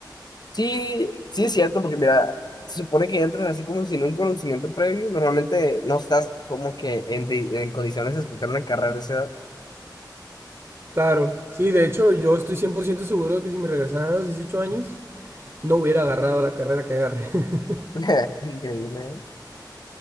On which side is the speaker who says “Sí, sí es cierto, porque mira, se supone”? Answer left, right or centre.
Left